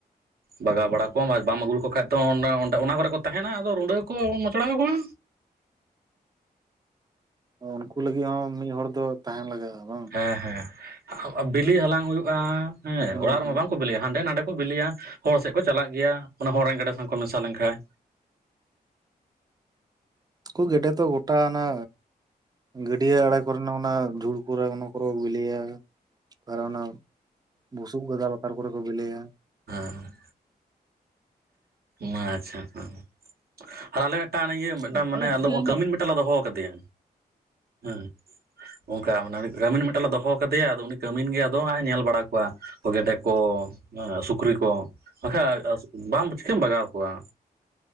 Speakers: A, on the right; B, on the right.
A: ᱵᱟᱜᱟᱣ
B: ᱚ
A: ᱵᱟᱲᱟ ᱠᱚᱢ ᱟᱨ ᱵᱟᱢ ᱟᱹᱜᱩ ᱞᱮᱠᱚ ᱠᱷᱟᱡ ᱫᱚ ᱚᱱᱟ ᱚᱸᱰᱮ ᱚᱱᱚ ᱠᱚᱨᱮ ᱠᱚ ᱛᱟᱦᱮᱸᱱᱟ ᱟᱫᱚ ᱨᱩᱸᱰᱟᱹ ᱠᱚ ᱢᱚᱪᱲᱟ ᱠᱚᱣᱟ᱾
B: ᱚ ᱩᱱᱠᱩ ᱞᱟᱹᱜᱤᱫ ᱦᱚᱸ ᱢᱤᱫ ᱦᱚᱲ ᱫᱚ ᱛᱟᱦᱮᱸᱱ ᱞᱟᱜᱟᱜᱼᱟ ᱵᱟᱝ᱾
A: ᱦᱮᱸ ᱦᱮᱸ ᱵᱤᱞᱤ ᱦᱟᱞᱟᱝ ᱦᱩᱭᱩᱜᱼᱟ, ᱦᱮᱸ
B: ᱦᱩᱸ
A: ᱚᱲᱟᱜ ᱨᱮᱢᱟ
B: ᱦᱩᱸ
A: ᱵᱟᱝᱠᱚ ᱵᱤᱞᱤᱭᱟ ᱦᱟᱸᱰᱮ ᱱᱟᱰᱮ ᱠᱚ ᱵᱤᱞᱤᱭᱟ᱾ ᱦᱚᱲ ᱥᱮᱫ ᱠᱚ ᱪᱟᱞᱟᱜ ᱜᱮᱭᱟ, ᱚᱱᱟ ᱦᱚᱲ ᱨᱮᱱ ᱜᱮᱰᱮ ᱥᱟᱶ ᱠᱚ ᱢᱮᱥᱟ ᱞᱮᱱᱠᱷᱟᱱ
B: ᱠᱩ ᱜᱮᱰᱮ ᱫᱚ ᱜᱚᱴᱟ ᱚᱱᱟ ᱜᱟᱹᱰᱭᱟᱹ ᱟᱲᱮ ᱠᱚᱨᱮᱱᱟᱜ ᱚᱱᱟ ᱡᱷᱩᱲ ᱠᱚᱨᱮ ᱚᱱᱟ ᱠᱚᱨᱮ ᱵᱮᱞᱮᱭᱟ ᱟᱨ ᱚᱱᱟ ᱵᱩᱥᱩᱵᱽ ᱜᱟᱫᱟᱞ ᱞᱟᱛᱟᱨ ᱠᱚᱨᱮ ᱠᱚ ᱵᱮᱞᱮᱭᱟ᱾
A: ᱦᱮᱸ ᱢᱟ ᱟᱪᱷᱟ ᱦᱮᱸ ᱟᱨ ᱟᱞᱮ ᱢᱤᱫᱴᱟᱝ ᱜᱮ ᱢᱤᱫᱴᱟᱝ
B: ᱟᱪᱪᱷᱟ
A: ᱢᱟᱱᱮ ᱟᱞᱚᱫ ᱠᱟᱹᱢᱤᱱ ᱢᱤᱫᱴᱟᱝ ᱞᱮ ᱫᱚᱦᱚ ᱠᱟᱫᱮᱭᱟ, ᱦᱮᱸ᱾ ᱚᱱᱠᱟ ᱢᱟᱱᱮ ᱠᱟᱹᱢᱤᱱ ᱢᱤᱫᱴᱮᱱ ᱞᱮ ᱫᱚᱦᱚ ᱠᱟᱫᱮᱭᱟ ᱟᱫᱚ ᱩᱱᱤ ᱠᱟᱹᱢᱤᱱ ᱜᱮ ᱟᱫᱚ ᱦᱟᱸᱜ ᱮ ᱧᱮᱞ ᱵᱟᱲᱟ ᱠᱚᱣᱟ᱾ ᱜᱮᱰᱮ ᱠᱚ ᱮᱸᱻᱥᱩᱠ ᱯᱩᱠᱨᱤ ᱠᱚ, ᱵᱟᱠᱷᱟᱡ ᱵᱟᱢ ᱪᱤᱠᱟᱹᱢ ᱵᱟᱜᱟᱣ ᱠᱚᱣᱟ᱾